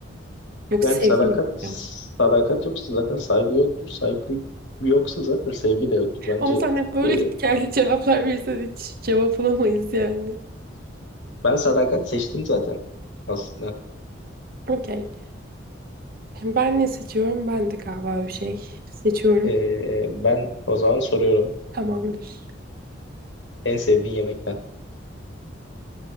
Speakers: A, on the right; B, on the left.
A: Yoksa
B: yani
A: sevgi
B: sadakat
A: mi gidiyor?
B: sadakat yoksa zaten saygı yoktur. Saygı yoksa zaten sevgi de yoktur. Bence
A: Ama sen hep böyle
B: e,
A: git geldi <laughs> cevaplar verirsen hiç cevap bulamayız yani.
B: ben sadakat seçtim zaten aslında.
A: Okey. Ben ne seçiyorum? Ben de galiba bir şey seçiyorum.
B: E, ben o zaman soruyorum.
A: Tamamdır.
B: En sevdiğin yemekten.